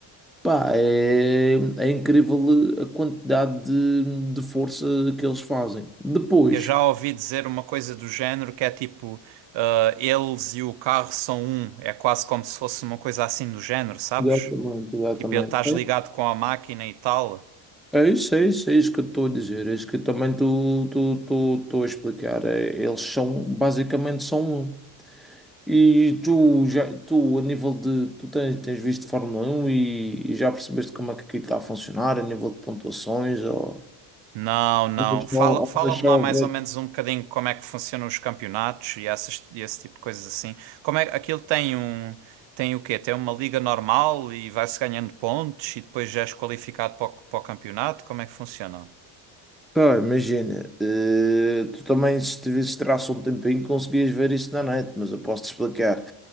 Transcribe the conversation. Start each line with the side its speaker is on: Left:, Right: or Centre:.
Centre: Pá, é, é incrível a quantidade de, de força que eles fazem. Depois.
Right: Eu já ouvi dizer uma coisa do género que é tipo, ah, eles e o carro são um. É quase como se fosse uma coisa assim do género, sabes?
Centre: Exatamente, exatamente.
Right: Tipo, eu estás ligado com a máquina e tal?
Centre: É isso, é isso, é isso que eu estou a dizer, é isso que eu também estou estou- estou- estou a explicar. É, eles são, basicamente, são um. E tu, já, tu, a nível de. Tu tens, tens visto Fórmula Um e, e já percebeste como é que aquilo está a funcionar, a nível de pontuações? Ou...
Right: Não, não.
Centre: Então,
Right: Fala, fala-me
Centre: deixa
Right: lá
Centre: eu
Right: mais
Centre: ver.
Right: ou menos um bocadinho como é que funcionam os campeonatos e, essas, e esse tipo de coisas assim. Como é, aquilo tem um, tem o quê? Tem uma liga normal e vai-se ganhando pontos e depois já és qualificado para o, para o campeonato? Como é que funciona?
Centre: Cara, imagina, eh, tu também, se tivesses traço um tempinho, conseguias ver isso na net, mas eu posso te explicar.